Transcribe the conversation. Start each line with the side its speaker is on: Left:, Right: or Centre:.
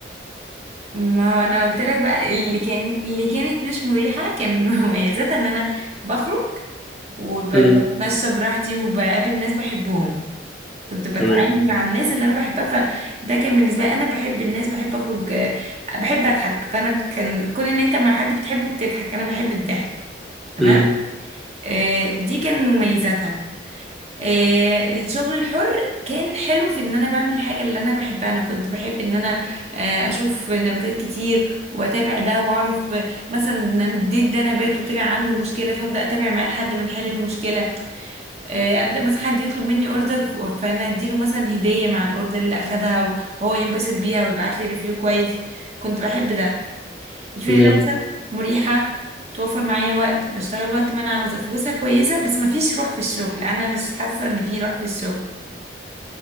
Right: ما هو انا قلت لك بقى اللي كان اللي كانت مش مريحه كان <laughs> مميزاتها ان انا بخرج وبتمشى
Centre: مم.
Right: براحتي وبقابل ناس بحبهم كنت بتعامل
Centre: تمام
Right: مع الناس اللي انا بحبها فده كان بالنسبه لي انا بحب الناس بحب اخرج آه، بحب اضحك فانا كان كون ان انت مع حد بتحبه بتضحك انا بحب الضحك تمام
Centre: مم.
Right: آه، دي كان مميزاتها آه، الشغل الحر كان حلو في ان انا بعمل الحاجه اللي انا بحبها انا كنت بحب ان انا آه، اشوف نباتات كتير واتابع ده واعرف آه، مثلا ان انا اديت ده نبات وطلع عنده مشكله فابدا اتابع معاه لحد ما نحل المشكله آه، ابدا مثلا حد يطلب مني اوردر فانا اديله مثلا هديه مع الاوردر اللي اخدها وهو ينبسط بيها ويبعت لي ريفيو كويس كنت بحب ده الفريلانسر
Centre: جامد
Right: مريحه بتوفر معايا وقت بشتغل وقت ما انا عاوزه فلوسها كويسه بس مفيش روح في الشغل انا مش حاسه ان في روح في الشغل